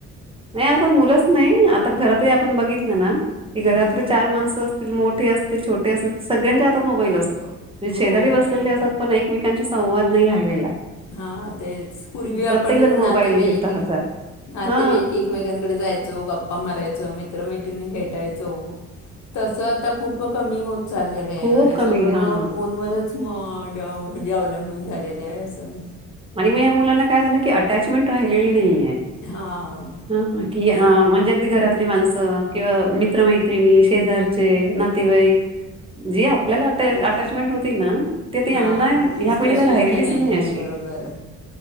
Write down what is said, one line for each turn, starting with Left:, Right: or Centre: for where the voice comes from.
Right: नाही आताच मुलंच नाही आता घरातही आपण बघितलं ना की घरातले
Left: हां
Right: चार माणस असत. मोठे असतील छोटे असतील सगळ्यांच्या हात मोबाईल असतो म्हणे
Left: हो
Right: शेजारी बसले असतात पण एके मेकांशी संवाद नाही राहिलेला आहे.
Left: हा ते पूर्वी आपण
Right: प्रत्येक जण मोबाईल
Left: नातेवाईक,
Right: घेतो हातात
Left: नातेवाईक
Right: हा
Left: एकमेकांकडे जायचो गप्पा मारयंच मित्र मैत्रिणी भेटायचो तस आता खूप कमी चाललेलं आहे
Right: खूप
Left: आणि
Right: कमी
Left: सगळं
Right: हा
Left: फोनवरच म म्हणजे अवलंबून झालेलं आहे. असं
Right: आणि मग या मुलांना काय झालं की अटॅचमेंट राहिलेली नाहीय.
Left: हां
Right: हा बाकी अ म्हणजे अगदी घरातले माणसं किंवा मित्रमैत्रिणी शेजारचे, नातेवाई. जी आपल्याला
Left: तेच
Right: अटॅचमेंट होती ना ते
Left: हां
Right: यांना
Left: तीच
Right: या पिढीला
Left: तशी
Right: राहिलेलीच.
Left: आता
Right: नाही अशी.
Left: बरोबर.